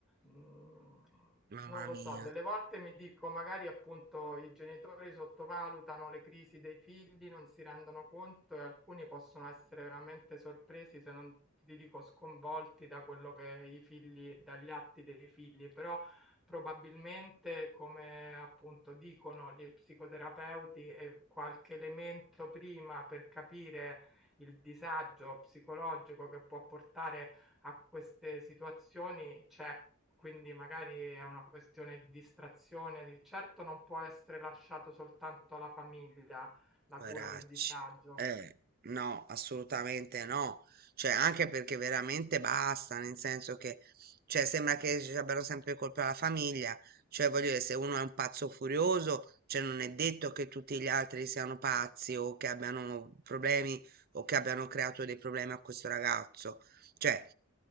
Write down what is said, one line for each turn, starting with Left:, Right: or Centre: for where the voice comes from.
Centre: Mm,
Right: mamma
Centre: non lo
Right: mia.
Centre: so, delle volte mi dico, magari appunto i genitori sottovalutano le crisi dei figli, non si rendono conto e alcuni possono essere veramente sorpresi, se non ti dico sconvolti da quello che i figli, dagli atti dei figli, però probabilmente, come appunto dicono gli psicoterapeuti, eh, qualche elemento prima per capire il disagio psicologico che può portare a queste situazioni c'è, quindi magari è una questione di distrazione, di- certo non può essere lasciato soltanto alla famiglia la
Right: Poveracci.
Centre: cura del disagio,
Right: Eh, no, assolutamente no. Cioè, anche perché veramente basta, nel senso che, cioè, sembra che ci abbiano sempre colpa la famiglia. Cioè, voglio dire, se uno è un pazzo furioso, cioè, non è detto che tutti gli altri siano pazzi o che abbiano problemi o che abbiano creato dei problemi a questo ragazzo. Cioè,